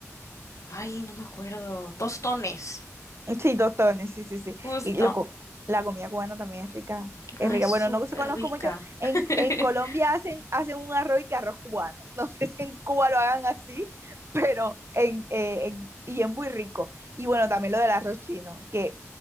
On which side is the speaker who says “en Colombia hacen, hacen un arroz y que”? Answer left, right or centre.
Right